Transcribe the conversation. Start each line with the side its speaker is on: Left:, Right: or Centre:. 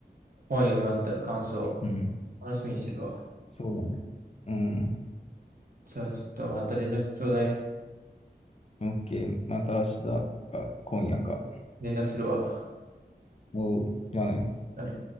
Right: 本読み終わったら感想、
Left: うん、
Right: 楽しみにしてるわ。
Left: そうだね。うん。
Right: じゃあちょっとまた連絡ちょうだい。
Left: OK、また明日か今夜か。
Right: 連絡するわ。
Left: おう、じゃあね。
Right: だね。